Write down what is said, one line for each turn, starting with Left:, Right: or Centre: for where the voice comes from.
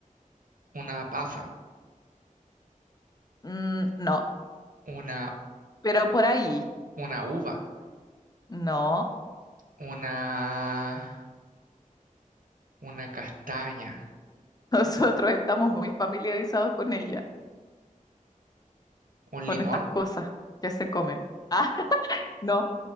Right: una pasa,
Left: Mm, no,
Right: una,
Left: pero por ahí.
Right: una uva,
Left: No,
Right: una, una castaña,
Left: <laughs> nosotros estamos muy familiarizados con ella,
Right: un
Left: con
Right: limón,
Left: estas cosas que se comen. <laughs> Ah, no,